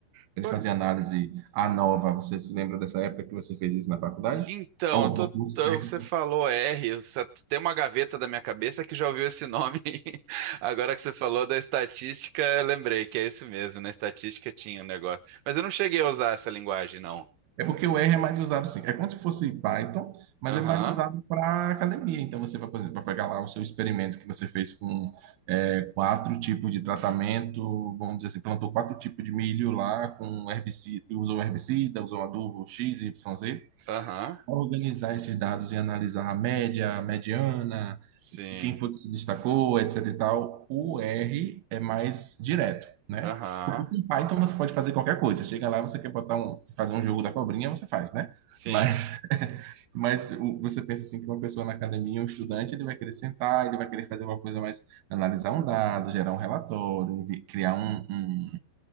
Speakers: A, on the right; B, on the right.
A: Ele
B: Pô,
A: fazia análise a nova, Você se lembra dessa época que você fez isso na faculdade?
B: Então,
A: Ou
B: eu tô-
A: no curso
B: tô-
A: técnico?
B: você falou R, eu só- tem uma gaveta da minha cabeça que já ouviu esse nome. <laughs> Agora que você falou da estatística, eu lembrei que é isso mesmo, na estatística tinha um negócio. Mas eu não cheguei a usar essa linguagem, não.
A: É porque o R é mais usado assim. É como se fosse Python, mas
B: Aham,
A: é mais usado para academia. Então você vai, por exemplo, vai pegar lá o seu experimento que você fez com é, quatro tipos de tratamento. Vamos dizer assim, plantou quatro tipos de milho lá com herbicida, usou herbicida, usou adubo X, Y, Z.
B: aham,
A: Organizar esses dados e analisar a média, a mediana,
B: sim,
A: quem foi que se destacou, etc e tal, o R é mais direto, né?
B: aham,
A: Porque com Python você pode fazer qualquer coisa. Você chega lá, você quer botar um, fazer um jogo da cobrinha, você faz, né?
B: sim.
A: Mas, <laughs> mas o- você pensa assim que uma pessoa na academia, um estudante, ele vai querer sentar, ele vai querer fazer uma coisa mais, analisar um dado, gerar um relatório, envi- criar um, um,